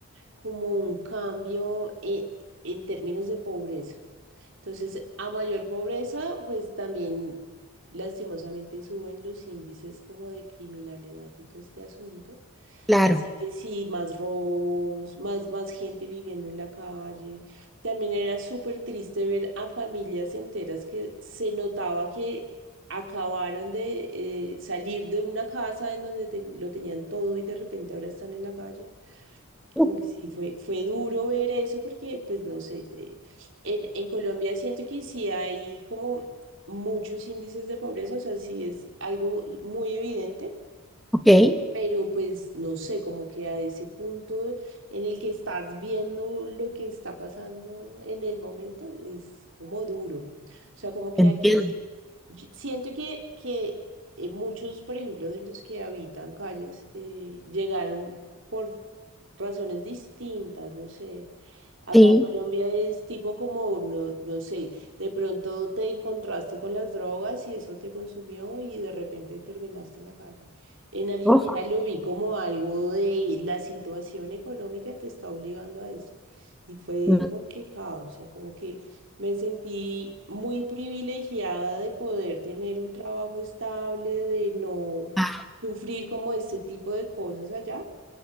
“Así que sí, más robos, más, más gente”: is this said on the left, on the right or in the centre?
Right